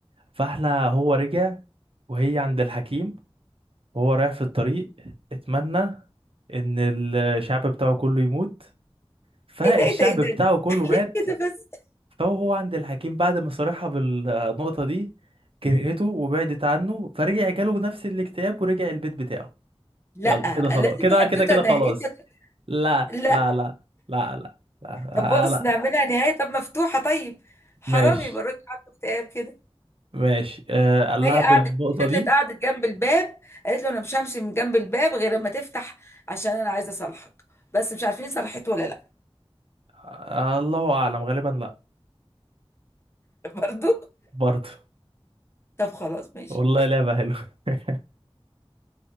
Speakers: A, on the right; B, on the left.
A: فاحنا هو رجع وهي عند الحكيم وهو رايح في الطريق اتمنى ان الشعب بتاعه كله يموت فالشعب
B: ايه ده ايه ده إيه ده؟
A: بتاعه كله مات
B: إيه ده؟ بس
A: فهو عند الحكيم بعد ما صارحها بالنقطة دي كرهته وبعدت عنه فرجع جاله نفس الاكتئاب ورجع البيت بتاعه
B: لا
A: يلا كده خلاص
B: لازم
A: كده
B: حدوته
A: كده كده
B: نهايتها
A: خلاص لا
B: لا
A: لا لا لا لا لا
B: طب بص
A: انا
B: نعملها نهايه طب مفتوحه طيب حرام
A: ماشي
B: يبقى الراجل عنده اكتئاب كده
A: ماشي آه، قال
B: هي
A: لها
B: قعدت
A: بالنقطة
B: فضلت
A: دي
B: قعدت جنب الباب قالت له انا مش همشي من جنب الباب غير لما تفتح عشان انا عايزه اصالحك بس مش عارفين صلحته ولا لا
A: آه، الله اعلم غالبا لا
B: <laughs> برضو
A: برضه
B: طب خلاص ماشي
A: والله لعبة حلوة <laughs>